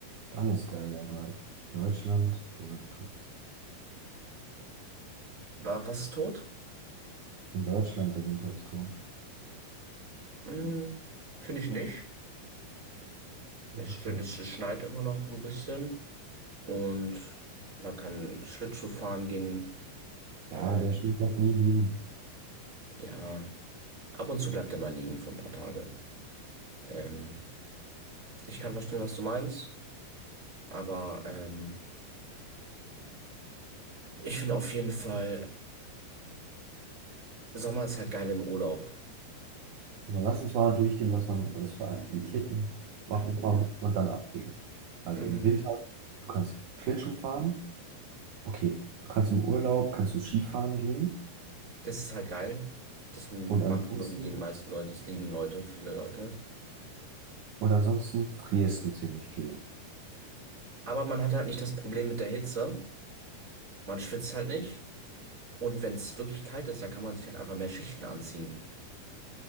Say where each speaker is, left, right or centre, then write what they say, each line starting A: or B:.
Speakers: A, on the right; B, on the right.
A: dann ist geil. Aber Deutschland oder
B: Wa- Was ist tot?
A: In Deutschland, der Winter ist tot.
B: Hm, finde ich nicht.
A: So
B: Ich
A: schlimm.
B: finde, es es schneit immer noch ein bisschen. Und man kann Schlittschuh fahren gehen. Äh,
A: Ja, der Schnee bleibt nie liegen.
B: ja, ab und zu bleibt er mal liegen für ein paar Tage. Ähm, ich kann verstehen, was du meinst, aber ähm, ich finde auf jeden Fall, Sommer ist halt geil im Urlaub.
A: Aber lass uns mal durchgehen, was man alles für Aktivitäten machen kann und dann abwägen. Also
B: Mm,
A: im Winter, du kannst Schlittschuh fahren. Okay, du kannst im Urlaub, kannst du Skifahren gehen.
B: Das ist halt geil. Das m-
A: Und ansonsten,
B: macht, mögen die meisten Leute, das lieben Leute, viele Leute.
A: und ansonsten frierst du ziemlich viel.
B: Aber man hat halt nicht das Problem mit der Hitze. Man schwitzt halt nicht. Und wenn es wirklich kalt ist, dann kann man sich halt einfach mehr Schichten anziehen.